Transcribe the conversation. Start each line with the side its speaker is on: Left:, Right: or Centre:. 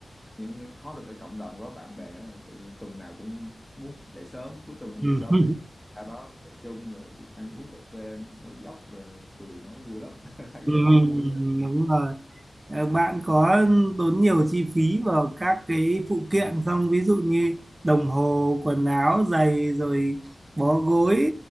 Centre: nhưng mà có được cái cộng đồng có bạn bè đó, tự nhiên tuần nào cũng muốn dậy sớm cuối tuần muốn
Right: ừ
Centre: dậy sớm
Right: <laughs>
Centre: đi ra đó chạy chung rồi u- ăn uống cà phê nói dóc rồi cười nói vui lắm <laughs> thấy
Right: ừ,
Centre: giờ thấy vui
Right: đúng rồi Ờ, bạn có tốn nhiều chi phí vào các cái phụ kiện không ví dụ như đồng hồ quần áo giày rồi bó gối